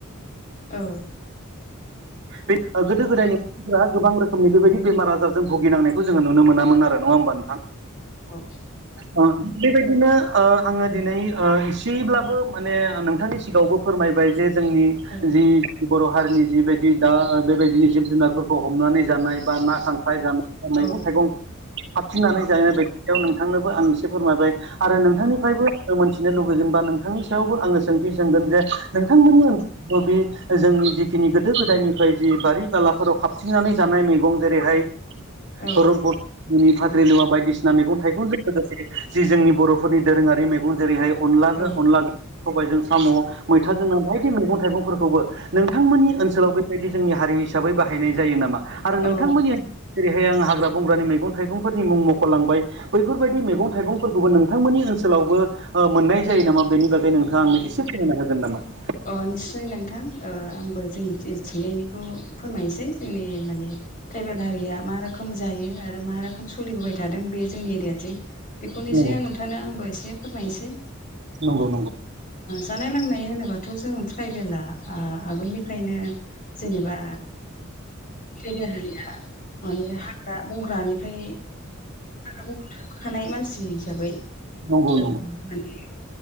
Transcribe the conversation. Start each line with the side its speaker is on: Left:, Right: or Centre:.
Left: औ
Right: बे गोदो गोदायनि गोबां रोखोमनि बेबायदि बेमार आजारजों भुगिननाय जोङोुनो मोनामोन नङा होमबा नोंथां?
Left: औ औ
Right: बेबायदिनो आङो दिनै एसेब्लाबो माने नोंथांनि सि गावबो फोरमायबाय जे जोंनि
Left: औ
Right: जि बर' हारिनि जिबायदि दा बेबायदिनो जिब जुनारफोरखौ हमनानै जानाय। बा ना खांख्राय जानाया मैगं
Left: औ
Right: थाइगं हाबफिननानै
Left: औ
Right: जायो बेायाव नोंथांनोबो आं एसे फोरमायबाय आरो नोंथांनिफ्रायबो
Left: औ
Right: मोनथिनो लुगैगोन बा नोंथांनि सायावबो आङो सोंथि सोंगोन जे नोंथांमोननि बे जोंनि जिखिनि गोदो गोदायनिफ्राय जि बारि बालाफोराव हाबथिंनानै जानाय मैगं जेरैहाय
Left: औ
Right: धरमपुरनि फाथ्रिलुवा बायदिसिना मैगं थाइगंजों लोगोसे। जि जोंनि बर'फोरनि दोरोङारि मैगं जेरैहाय अनलाजों
Left: औ
Right: अनलाजों सबायजों साम' मैथाजों नना बायदि मैगं थाइगंफोरखौबो नोंथांमोननि ओनसोल बेबायदि जोंनि हारि हिसाबै बाहायनाय जायो नामा आरो नोंथांमोननि
Left: औ
Right: जेरैहाय आं हाग्रा बंग्रानि मैगं थाइगंफोरनि मुं मुंखलांबाय बैफोरबायदि मैगं थाइगंफोरखौबो नोंथांमोननि ओनसोलावबो मोननाय जायो नामा बेनि बागै नोंथाङांनो एसे फोरमायना होगोन नामा
Left: अ निस्सय नोंथां आंबो जोंनि थिंजायनिखौ फोरमायनोसै जोंनि माने ट्राइबेल हारिया मा रोखोम जायो आरो मा रोखोम सोलिबोबाय थादों बे जोंनि एरियाथिं बेखौ निसय
Right: होगोन
Left: आं नोंथांनो आंबो एसे फोरमायनोसै
Right: नामा नंगौ
Left: जानाय लोंनाय होनोबा दाथ' जों ट्राइबेला आगोलनिफ्रायनो जेनेबा बेगेरलिया माने हाग्रा बंग्रानिफ्राय आ बाव थाखानाय मानसि हिसाबै
Right: नंगौ
Left: माने
Right: नंगौ